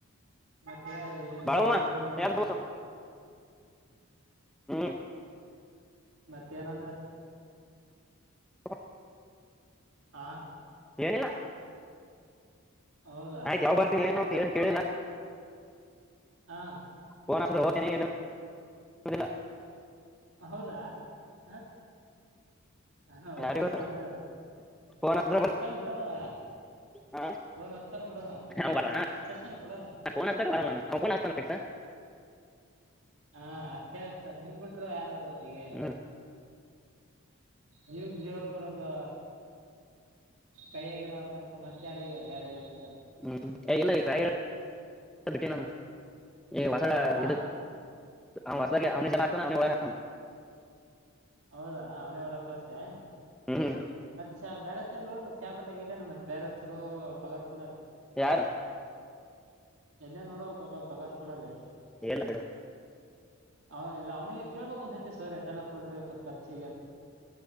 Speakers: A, on the right; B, in the centre.
A: ಮತ್ತೆ ಏನ್
B: ಬಾಳಮ್ಮ
A: ಬ್ಯಾರೆದ ಏನಂದ್ರ
B: ನಿರ
A: ಮತ್
B: ದೋಸ ಹ್ಮ್
A: ಮತ್ತೆ ಏನಂದ್ರ
B: ಹ್ಯ
A: ಹಾ
B: ಏನಿಲ್ಲಾ
A: ಹೌದಾ
B: ಆಯ್ತು ಯಾವಾಗ ಬರ್ತ್ ಏನು ಕೇಳಿಲ್ಲ <inaudible>
A: ಹಾ
B: ಫೋನ್ ಹಚ್ಚಿದ್ರ ಹೋತ್ನಿ, ಇಲ್ಲಿ ಕಂದ್ರೆ ಇಲ್ಲ
A: ಹೌದಾ ಹಾ ಹ ವೈಜೈತ್
B: ಯಾರಿಗ್ ಗೊತ್ತು
A: ಅಂದ್ರೆ
B: ಫೋನ್ ಹಚ್ಚಿದ್ರ
A: ಅಸ್ತಾನ
B: ಬರ್
A: ಬಿಡದದು
B: ಹಾ
A: ಫೋನ್ ಹಚ್ಚತಾನ ಬಿಡಲ್ಲ
B: ಅವ್ನ್ ಬರ
A: ಹಚ್ಚಿರುತಾನ ಬಿಡಲ್ಲ
B: ಹಾ ಫೋನ್ ಅಚ್ಚಕ್ ಬರಲ್ಲಅವನು ಒಬ್ಬನೆ ಹಚ್ತಾನೆ ಫಿಕ್ಸಾ
A: ಹಾ ಅಚ್ಚೆ ಅಚ್ಚ ತಾನೆ ನಿನ್ ಬಿಟರು ಯಾರಾರೂ ಅವನಿಗೆ
B: ಹ್ಮ್
A: ಜೀವಕ್ ಜೀವ ಕೊಡೋದು ಕೈಯಗಿರೋ ಮತ್ತೆ ಯಾರಗಿ ಅದು ಯಾರರಗಿ ಅಚ್ತಾನ್
B: ಹ್ಮ್ ಈ ಇಲ್ಲ ಯಾರರಗಿ ಬಿಟ್ಟ ನೆ ನಾನು ಈ ಹೊಸದ
A: ಆ
B: ಇದು <inaudible> ಜ ಅವನೇ ಜಗಳ ಆಡ್ತಾನೆಅವನೇ ಒಳ ಹಾಕ್ತಾನೆ <inaudible>
A: ಹೌದಾ ಅವನ ಒಳಗೆ ಕಳಸ್ತೇನು
B: ಹ್ಮ್
A: ಚ ಬೇರೆ ನೋಡ ಕ್ಯಾಮೆರಾದಾಗ ಎಲ್ಲೆನೆ ಮತ್ ಬ್ಯಾರೇದ್ ಚಲೋ ದು ಪಗಾರ ಕೊಡಲಿ
B: ಯಾರು
A: ಎಲ್ಲೇ ನೋಡಬೇಕಪ್ಪ ಪಗಾರ್ ಕೊಡಲ್ಲಿ
B: ಇಲ್ಲ ಬಿಡು
A: ಹ ಇಲ್ಲ ಅವ್ನಿಗೆ ಕೇಳ್ಬೇಕಕ್ ಒಂದು ಸರತಿ ಸರ್ ಎಟನ ಕೊಡ್ರಿ ಸ್ವಲ್ಪ ಕರ್ಚಿಗೆ ಅಂತ